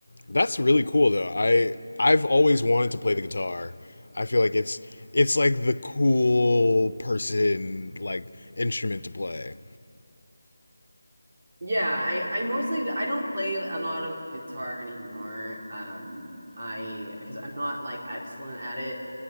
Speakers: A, on the left; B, on the right.
A: that's really cool though. I I've always wanted to play the guitar. I feel like it's it's like the cool person like instrument to play.
B: yeah, I I mostly I don't play a lot of guitar anymore. Um, I because I'm not like excellent at it.